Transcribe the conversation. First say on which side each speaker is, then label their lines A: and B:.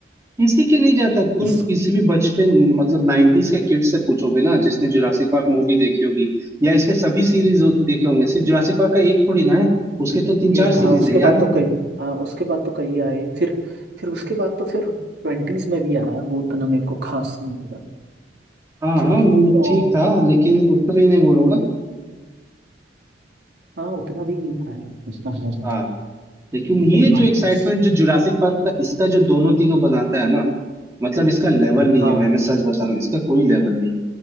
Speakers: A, on the right; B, on the right.
A: किसी के नहीं जाता तुम
B: इस
A: किसी भी बचपन मतलब नाइनटीज के किड से पूछोगे ना जिसने जुरासिक पार्क मूवी देखी होगी या इसके सभी सीरीज देखे होंगे सिर्फ जुरासिक पार्क का एक थोड़ी ना है उसके तो तीन
B: एक
A: चार
B: हाँ
A: सीरीज
B: उसके
A: है याद
B: बाद
A: है
B: तो कई
A: ना
B: हाँ उसके बाद तो कई आए फिर फिर उसके बाद तो फिर ट्वेंटीज में भी आया वो उतना मेरे को खास नहीं लगा
A: हाँ
B: क्योंकि
A: हाँ, वो
B: अ,
A: ठीक था लेकिन उतना भी नहीं बोलूंगा
B: हाँ उतना भी नहीं पाया उतना है नहीं।
A: हाँ लेकिन
B: लेकिन
A: ये
B: भाई
A: जो एक्साइटमेंट
B: इस
A: जो जुरासिक पार्क का इसका जो दोनों तीनों बनाता है ना मतलब इसका लेवल नहीं
B: हाँ
A: है भाई मैं सच बता रहा हूँ इसका कोई लेवल नहीं है